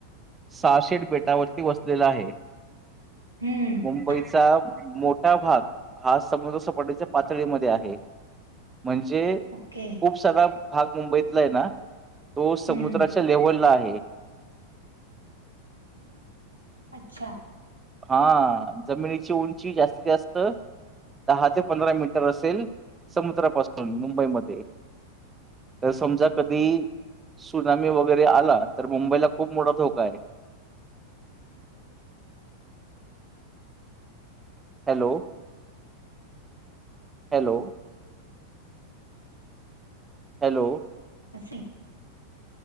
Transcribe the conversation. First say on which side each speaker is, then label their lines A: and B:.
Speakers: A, on the right; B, on the right.
A: सहाशेठ बेटावरती वसलेला आहे
B: हम्म
A: मुंबईचा मोठा भाग हा समुद्र सपाटीच्या पातळीमध्ये आहे म्हणजे
B: ओके
A: खूप सगळा भाग मुंबईतला आहे ना तो समुद्राच्या
B: हम्म
A: लेव्हलला आहे
B: अच्छा
A: हा जमिनीची उंची जास्तीत जास्त दहा ते पंधरा मीटर असेल समुद्रापासून मुंबईमध्ये तर समजा कधी सुनामी वगैरे आला तर मुंबईला खूप मोठा धोका आहे हॅलो हॅलो. हॅलो.
B: असे.